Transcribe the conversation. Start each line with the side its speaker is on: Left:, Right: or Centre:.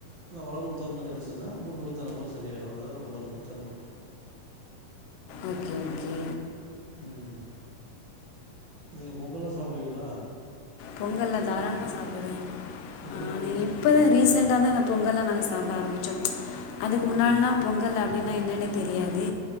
Right: அந்த வழவழுப்பு தன்மை கெடைச்சுன்னா மூட்டு வழி தன்ன போல சரியாயிரு அதா என்னோட மருந்து தன்ம
Left: ஓகே ஓகே
Right: ம் நீங்க பொங்கல்லா சாப்டுவீங்களா
Left: பொங்கல்லா தாராளமா சாப்டுவே
Right: என்ன
Left: ஆ
Right: பொங்கல் புடிக்கு
Left: இப்பதா
Right: உங்களுக்கு
Left: ரீசண்டா தா நா பொங்கல்லா நாங்க சாப்புட ஆரம்பிச்சோ அதுக்கு
Right: ம்
Left: முன்னாடில்லா பொங்கல் அப்டின்னா என்னன்னே தெரியாது